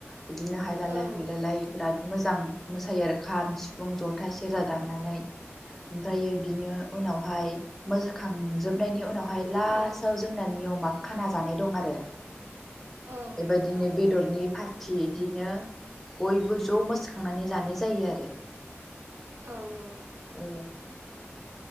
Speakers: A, in the centre; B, on the right (about 60°).
A: बिदिनो हायलालाय
B: औ
A: हुइलालाय बिराद मोजां मोसायो आरो खाम सिफुं जथा सेरजा दा नानै ओमफ्रायो बिनि उनावहाय मोनखांजोबनायनि उनावहाय लासाव
B: औ
A: जोंना नियमा खाना जानाय दं आरो।
B: औ नोंथां
A: बेबायदिनो बेदरनि फार थि इदिनो बयबो ज' मोसाखांनानै जानाय जायो आरो।
B: औ औ।
A: औ।